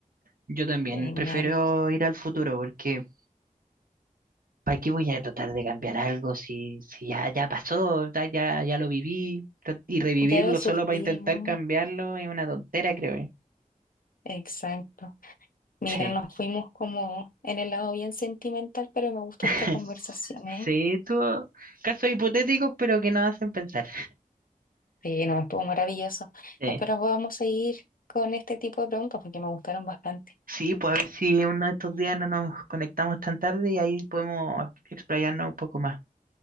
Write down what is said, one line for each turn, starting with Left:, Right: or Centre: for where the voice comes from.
Right: Yo también
Left: Genial.
Right: prefiero ir al futuro porque ¿Para qué voy a tratar de cambiar algo si, si ya, ya pasó, ya, ya, ya lo viví? Tra- Y revivirlo
Left: Ya lo sufrimos.
Right: solo para intentar cambiarlo es una tontera, creo yo.
Left: Exacto. Mira,
Right: Sí.
Left: nos fuimos como en el lado bien sentimental, pero me gustó
Right: <laughs>
Left: esta conversación, ¿eh?
Right: Sí, tú, casos hipotéticos, pero que nos hacen pensar.
Left: Sí, no, estuvo maravilloso.
Right: Sí.
Left: Espero podamos seguir con este tipo de preguntas porque me gustaron bastante.
Right: Sí, pues a ver si uno de estos días no nos conectamos tan tarde y ahí podemos explayarnos un poco más.